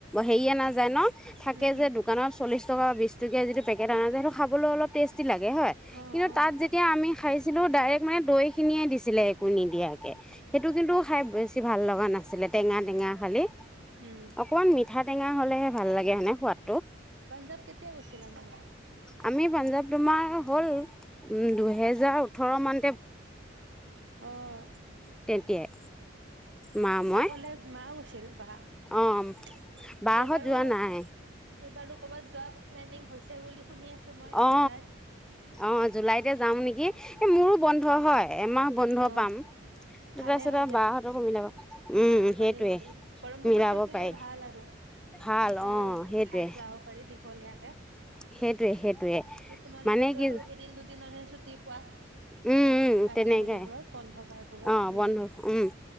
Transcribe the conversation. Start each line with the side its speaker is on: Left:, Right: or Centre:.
Centre: হেৰিয়ে নাযায় ন থাকে
Right: উম উম
Centre: যে দোকানত চল্লিশ টকা বিশ টকীয়া যিটো পেকেট অনা যায় সেইটো খাবলৈ অলপ টেষ্টি লাগে হয়
Right: অ
Centre: কিন্তু
Right: অ
Centre: তাত যেতিয়া আমি খাইছিলোঁ ডাইৰেক্ট মানে দৈ খিনিয়ে দিছিলে একো নিদিয়াকে সেইটো কিন্তু খাই বেছি ভাল লগা নাছিলে টেঙা টেঙা খালি
Right: উম
Centre: অকমান মিঠা টেঙা হলেহে ভাল লাগে সোৱাদ
Right: পঞ্জাব কেতিয়া গৈছিলা নো?
Centre: আমি পাঞ্জাৱ তোমাৰ হ'ল। দুহেজাৰ ওঠৰ মান
Right: আহ।
Centre: তেতিয়াই মা মই
Right: অকলে মাও গৈছে। এইবাৰো
Centre: অঁ বাহঁত যোৱা নাই
Right: এইবাৰো কৰবাত যোৱা প্লেনিং গৈছে বুলি শুনি আছো মই
Centre: অ
Right: জুলাইত
Centre: আহ জুলাইতে যাম নেকি এই মোৰো বন্ধ হয় এমাহ বন্ধ
Right: অ
Centre: পাম। তাৰপিছত
Right: ভালে হয়
Centre: আৰু
Right: দিয়া
Centre: বাহঁতকো মিলাব
Right: মিলাব
Centre: উম সেইটোৱে
Right: পাৰি আৰু গৰম বন্ধু
Centre: মিলাব
Right: থাকিলে
Centre: পাৰি
Right: ভাল আৰু
Centre: ভাল
Right: যিকোনো
Centre: অঁ সেইটোৱে
Right: ঠাইত যাব পাৰি দীঘ কি
Centre: সেইটোৱে সেইটোৱে
Right: তোমালোকেতটো
Centre: মানে কি
Right: আৰু এদিন দুদিনৰ হে ছুটি পোৱা
Centre: উম
Right: বাকী
Centre: উম
Right: বাকী
Centre: তেনেকাই
Right: হেৰিবোৰত বন্ধবাৰবোৰত।
Centre: অঁ উম